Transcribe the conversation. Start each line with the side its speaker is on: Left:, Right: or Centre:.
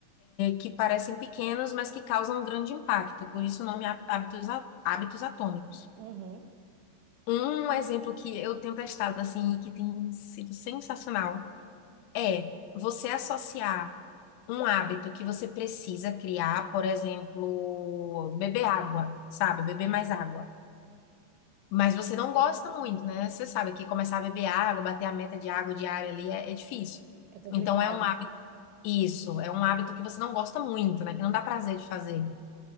Left: que parecem pequenos, mas que causam um grande impacto, por isso o nome há- hábitos, a- hábitos atômicos.
Right: uhum,
Left: Um exemplo que eu tenho testado assim e que tem sido sensacional é você associar um hábito que você precisa criar, por exemplo, beber água, sabe? Beber mais água. Mas você não gosta muito, né? Você sabe que começar a beber água, bater a meta de água diária ali é, é difícil.
Right: é complicado.
Left: Então é um hábito, isso, é um hábito que você não gosta muito, né? Que não dá prazer de fazer.